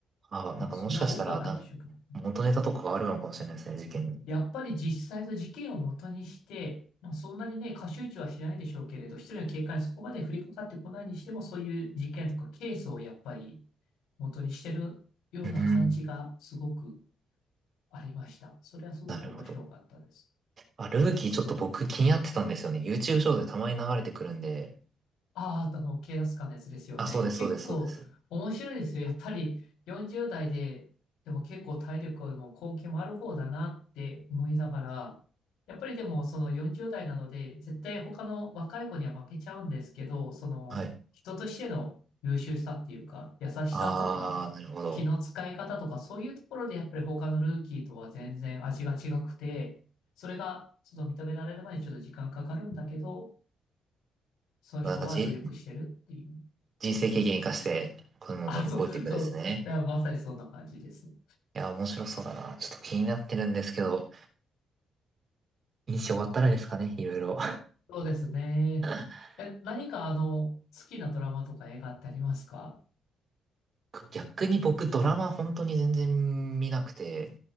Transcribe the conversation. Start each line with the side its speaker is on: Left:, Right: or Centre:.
Right: あ、なんかもしかしたら、
Left: まあ、そんな多くはないでしょうけどね。
Right: なんか元ネタとかがあるのかもしれないですね、事件に。
Left: やっぱり実際の事件を元にして、まあ、そんなにね、過集中はしないでしょうけれど、一人の警官にそこまで降りかかってこないにしても、そういう事件とかケースをやっぱり元にしてるような感じがすごく
Right: うん
Left: ありました。それはすごく面白かったです。
Right: なるほど。あ、ルーキーちょっと僕気になってたんですよね。YouTube ショートでたまに流れてくるんで。
Left: ああ、あの、警察官のやつですよね。
Right: あ、そうです、
Left: 結構面白いですよ。
Right: そうです、そうです。
Left: やっぱり40代で、でも結構体力も根気もある方だなって思いながら、やっぱりでもその40代なので、絶対他の若い子には負けちゃうんですけど、その人としての優秀さっていうか、
Right: はい。
Left: 優しさとか、
Right: あー、なるほど。
Left: 気の使い方とか、そういうところでやっぱり他のルーキーとは全然味が違くて、それがちょっと認められるまでにちょっと時間かかるんだけど、その人は努力してるっていう。
Right: なんかじ、人生経験生かして、こういうのを乗り越えていくんですね。
Left: あ、そう、そうです、いや、まさにそんな感じです。
Right: いや、面白そうだな。ちょっと気になってるんですけど、印象終わったらですかね、いろいろ。
Left: そうですね。
Right: <laughs>
Left: え、何かあの、好きなドラマとか映画ってありますか
Right: 逆に僕ドラマ本当に全然見なくて、